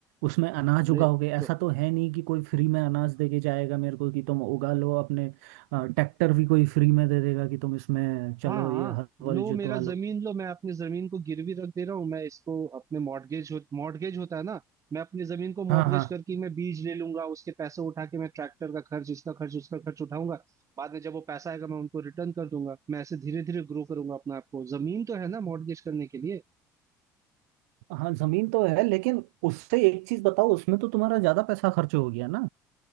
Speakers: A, on the right; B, on the right.
A: उसमें अनाज
B: अरे
A: उगाओगे ऐसा
B: तो
A: तो है नहीं कि कोई फ्री में अनाज देके जाएगा मेरे को कि तुम उगा लो अपने अ, ट्रैक्टर भी कोई फ्री में दे देगा कि तुम इसमें चलो
B: हाँ
A: ये हल वल
B: लो
A: जुतवा
B: मेरा
A: लो
B: जमीन लो मैं अपनी जमीन को गिरवी रख दे रहा हूँ मैं इसको अपने मॉर्गेज हो, मॉर्गेज होता है ना मैं अपनी जमीन को मॉर्गेज
A: हाँ हाँ
B: करके मैं बीज ले लूंगा उसके पैसे उठा के मैं ट्रैक्टर का खर्च इसका खर्च उसका खर्च उठाऊंगा बाद में जब वो पैसा आएगा मैं उनको रिटर्न कर दूंगा मैं ऐसे धीरे धीरे ग्रो करूंगा अपने आप को जमीन तो है ना मॉर्गेज करने के लिए
A: हाँ जमीन तो है लेकिन उससे एक चीज बताओ उसमें तो तुम्हारा ज्यादा पैसा खर्च हो गया ना